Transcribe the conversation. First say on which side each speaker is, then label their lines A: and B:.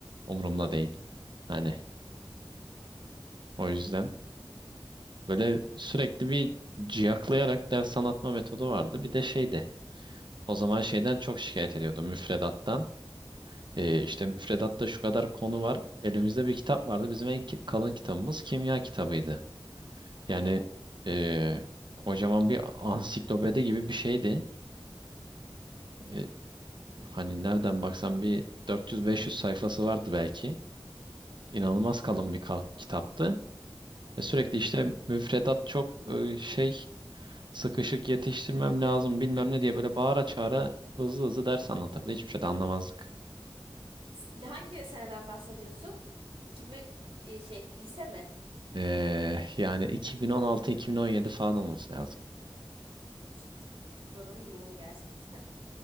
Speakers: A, on the right (about 55°); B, on the right (about 80°).
A: Umurumda değil. Hani o yüzden
B: Hı
A: böyle sürekli bir ciyaklayarak ders anlatma metodu vardı. Bir de şeydi. O zaman şeyden çok şikayet ediyordu müfredattan. Ee,
B: hı. hı.
A: işte müfredatta şu kadar konu var. Elimizde bir kitap vardı. Bizim en ki- kalın kitabımız kimya kitabıydı. Yani
B: Ha.
A: ee, kocaman bir ansiklopedi gibi bir şeydi. Ee, hani nereden baksan bir 400-500 sayfası vardı belki. İnanılmaz
B: Hey maşallah.
A: kalın bir ka- kitaptı.
B: Hı
A: Ve sürekli
B: hı.
A: işte müfredat çok e, şey Sıkışık yetiştirmem lazım bilmem ne diye böyle bağıra çağıra hızlı hızlı ders anlatırdı. Hiçbir şey de anlamazdık.
B: S- Hangi seneden bahsediyorsun? 2000 e, şey lise mi?
A: Ee, yani 2016-2017 falan olması lazım.
B: 2013 Programı yoğun gerçekten.